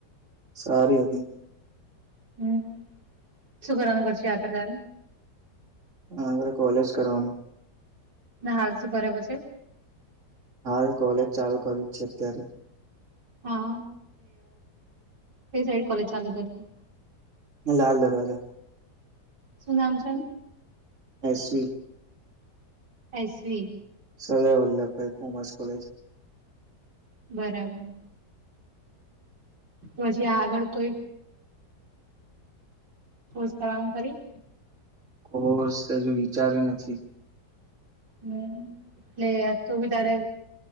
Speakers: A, on the right; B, on the right.
A: સારી હતી.
B: હમ શું કરવાનું છે આગળ તારે?
A: મારે કોલેજ કરવાની
B: ને હાલ શું કરે પછી?
A: હાલ કોલેજ ચાલુ કરું છે અત્યારે.
B: હા એટલે અ <unintelligible> કોલેજ ચાલુ કરતી.
A: લાલ દરવાજા.
B: શું નામ છે?
A: SV.
B: SV.
A: Sardar Vallabhbhai commerce college.
B: બરાબર. પછી આગળ કોઈ? કૉર્સ કરવાનું ખરી?
A: કોર્સ હજુ વિચાર્યું નથી.
B: હમ લે તો બી તારે